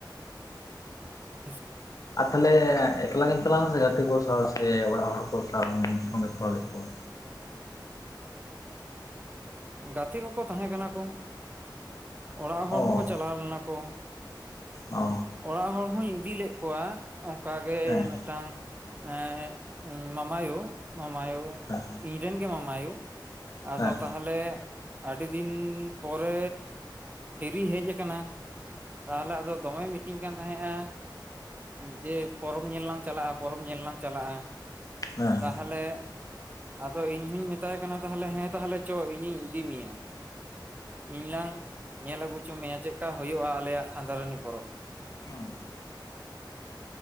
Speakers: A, on the right; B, on the left.
A: <inaudible>
B: ᱟᱨ ᱛᱟᱦᱞᱮ ᱮᱠᱞᱟ ᱜᱮᱧ ᱪᱟᱞᱟᱣ ᱞᱮᱱᱟ ᱥᱮ ᱜᱟᱛᱮ ᱠᱚ ᱥᱟᱶ ᱥᱮ ᱚᱲᱟᱜ ᱦᱚᱲ ᱠᱚ ᱥᱟᱞ ᱥᱚᱸᱜᱮ ᱛᱚᱨᱟ ᱞᱮᱫ ᱠᱚᱣᱟ
A: ᱜᱟᱛᱮ ᱠᱚᱠᱚ ᱛᱟᱦᱮᱸ ᱠᱟᱱᱟ ᱠᱚ ᱚᱲᱟᱜ ᱦᱚᱲ
B: ᱚ
A: ᱦᱚᱸᱠᱚ ᱪᱟᱞᱟᱣ ᱞᱮᱱᱟ ᱠᱚ
B: ᱚ
A: ᱚᱲᱟᱜ ᱦᱚᱲ ᱦᱚᱧ ᱤᱫᱤ ᱞᱮᱫ ᱠᱚᱣᱟ ᱚᱱᱠᱟᱜᱮ
B: ᱦᱮᱸ
A: ᱢᱮᱫᱴᱟᱝ ᱮ ᱢᱟᱢᱟᱭᱳ ᱢᱟᱢᱟᱭᱳ
B: ᱦᱮᱸ
A: ᱤᱧᱨᱮᱱᱜᱮ ᱢᱟᱢᱟᱭᱳ ᱟᱫᱚ
B: ᱦᱮᱸ
A: ᱛᱟᱦᱟ ᱛᱟᱦᱚᱞᱮ ᱟᱹᱰᱤ ᱫᱤᱱ ᱯᱚᱨᱮ ᱦᱤᱨᱤ ᱦᱮᱡ ᱟᱠᱟᱱᱟ ᱛᱟᱦᱚᱞᱮ ᱟᱫᱚ ᱫᱚᱢᱮᱭ ᱢᱤᱛᱟᱹᱧ ᱠᱟᱱ ᱛᱟᱦᱮᱸᱼᱟ ᱡᱮ ᱯᱚᱨᱚᱵᱽ ᱧᱮᱞ ᱞᱟᱝ ᱪᱟᱞᱟᱜᱼᱟ ᱯᱚᱨᱚᱵᱽ ᱧᱮᱞ ᱞᱟᱝ ᱪᱟᱞᱟᱜᱼᱟ
B: ᱦᱮᱸ
A: ᱛᱟᱦᱚᱞᱮ ᱟᱫᱚ ᱤᱧ ᱦᱩᱧ ᱢᱮᱛᱟᱭ ᱠᱟᱱᱟ ᱛᱟᱦᱚᱞᱮ ᱦᱮᱸ ᱛᱟᱦᱚᱞᱮ ᱪᱚ ᱤᱧᱤᱧ ᱤᱫᱤ ᱢᱮᱭᱟ ᱤᱧ ᱞᱟᱝ ᱧᱮᱞ ᱟᱹᱜᱩ ᱦᱚᱪᱚ ᱢᱮᱭᱟ ᱪᱮᱫᱠᱟ ᱦᱩᱭᱩᱜᱼᱟ ᱟᱞᱮᱭᱟᱜ ᱠᱷᱟᱸᱫᱷᱟᱨᱟᱱᱤ ᱯᱚᱨᱚᱵᱽ
B: ᱚᱸ